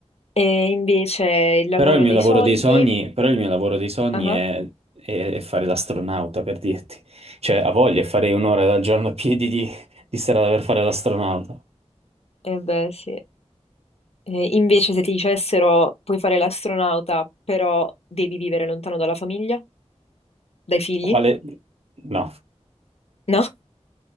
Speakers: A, on the left; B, on the right.
A: E invece il lavoro
B: Però il mio
A: dei
B: lavoro
A: sogni...
B: dei sogni, però il mio lavoro dei sogni
A: Ah,
B: è, è- è fare l'astronauta, per dirti. Cioè, a voglia, farei un'ora al giorno a piedi di, di strada per fare l'astronauta.
A: eh beh, sì. Eh, invece se ti dicessero puoi fare l'astronauta, però devi vivere lontano dalla famiglia, dai figli,
B: Quale? No,
A: no?